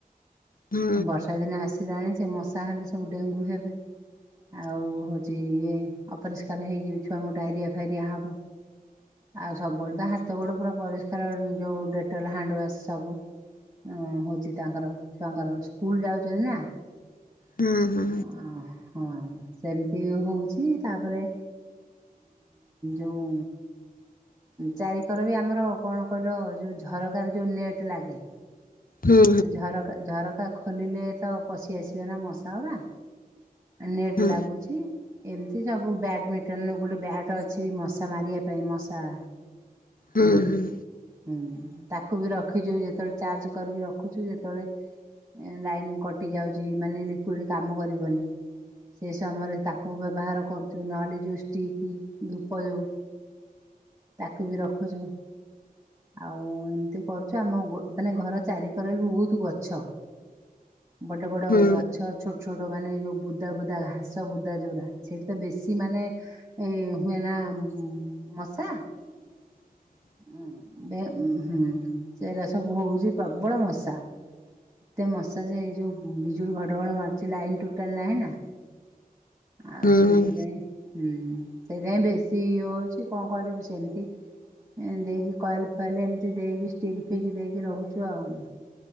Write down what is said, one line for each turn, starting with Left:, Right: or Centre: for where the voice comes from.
Left: ହୁଁ
Right: ବର୍ଷା ଦିନେ ଆସ ସିଲାଣି ସେ ମଶା ହେଲେ ସବୁ ଡେଙ୍ଗୁ ହେବେ। ଆଉ ହେଉଛି ଇଏ ଅପରିଷ୍କାର ହେଇକି ଛୁଆଙ୍କୁ ଡାଇରିଆ ଫାଇରିଆ ହେବ। ଆଉ ସବୁବେଳେ ତ ହାତ ଗୋଡ ପୁରା ପରିଷ୍କାର ଯୋଉ ଡେଟଲ୍ ହ୍ୟାଣ୍ଡ ୱାସ୍ ସବୁ ହ ହଉଛି ତାଙ୍କର ଛୁଆଙ୍କର ସ୍କୁଲ ଯାଉଛନ୍ତି ନା।
Left: ହୁଁ ହୁଁ ହୁଁ
Right: ଓ ହଁ ସେମିତି ହଉଛି ତାପରେ ଯଉଁ ଚାରିିକର ବି ଆମର କଣ କହିଲ ଯୋଉ ଝରକା ରେ ଯୋଉ ନେଟ୍ ଲାଗେ।
Left: ହୁଁ
Right: ଉଁ ଝର ଝରକା ଖୋଲିଲେ ତ ପଶି ଆସିବେ ନା ମଶା ଉରା। ନେଟ୍
Left: ହୁଁ
Right: ଲାଗୁଛି। ଏମିତି ସବୁ ବ୍ୟାଡମିଣ୍ଟନ ଗୋଟେ ବ୍ୟାଟ୍ ଅଛି, ମଶା ମାରିବା ପାଇଁ ମଶା
Left: ହୁଁ
Right: ଇଏ।
Left: ହୁଁ।
Right: ହୁଁ ତାକୁ ବି ରଖିଛୁ, ଯେତେବେଳେ ଚାର୍ଜ କରିକି ରଖୁଛୁ, ଯେତେବେଳେ ଲାଇନ୍ କଟିଯାଉଛି ମାନେ ଲିକୁଇଡ଼ କାମ କରିବନି ସେ ସମୟରେ ତାକୁ ବ୍ୟବହାର କରୁଛୁ। ନହେଲେ ଯେଉଁ ଷ୍ଟିକ୍ ଧୂପ ଯେଉଁ ତାକୁ ବି ରଖୁଛୁ। ଆଉ ଏମିତି କରୁଛୁ ଆମ ମାନେ ଘର ଚାରିିକର ବି ବହୁତ ଗଛ। ବଡ଼ା ବଡ଼ା
Left: ହୁଁ
Right: ଆଛ। ଛୋଟ ଛୋଟ ମାନେ ଯେଉଁ ବୁଦା ବୁଦା ଘାସ ବୁଦା ଯୋଉୁରା ସେଇଠି ତ ବେଶୀ ମାନେ ଏଇ ହୁଏନା ମଶା।
Left: <inaudible>
Right: ଉ ହୁଁ ସେଟା ସବୁ ହଉଛି ପ୍ରବଳ ମଶା। ଏତେ ମଶା ଯେ ଯେଉଁ ବିଜୁଳି ଘଡ଼ଘଡ଼ ମାରୁଛି ଲାଇନ୍ ଟୋଟାଲ ନାହିଁ ନା। ଆଉ
Left: ହୁଁ।
Right: ସେଇଥିପାଇଁ। ହୁଁ ସେଥିପାଇଁ ବେଶୀ ଇଏ ହେଉଛି କଣ କରିବୁ ସେମିତି ଦେଇକି କଏଲ ଫଏଲ ଏମିତି ଦେଇକି ଷ୍ଟିକ୍ ଫିକ୍ ଦେଇକି ରହୁଛୁ ଆଉ।